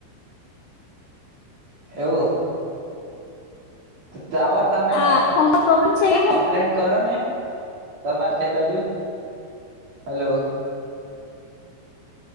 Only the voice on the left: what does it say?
આ ફોન નો પ્રોબ્લેમ છે કે હું